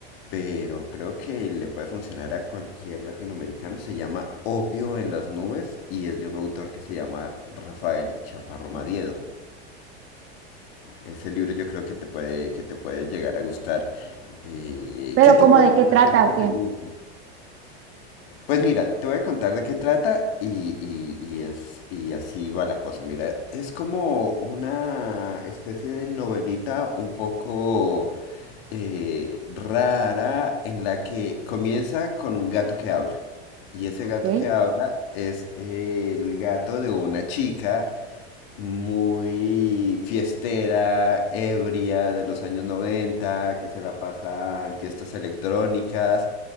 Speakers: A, on the left; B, on the right.
A: pero creo que le puede funcionar a cualquier latinoamericano. Se llama Opio en las nubes y es de un autor que se llama Rafael Chaparro Madiedo. Ese libro yo creo que te puede, que te puede llegar a gustar. Eh,
B: pero
A: ¿qué tipo
B: como de
A: de literatura
B: qué trata
A: que
B: o qué,
A: te gusta? Pues mira, te voy a contar de qué trata y, y- y es, y así va la cosa. Mira, es como una especie de novelita un poco eh, rara en la que comienza con un gato que habla. Y ese
B: ok.
A: gato que habla es el gato de una chica muy fiestera, ebria de los años 90, que se la pasa en fiestas electrónicas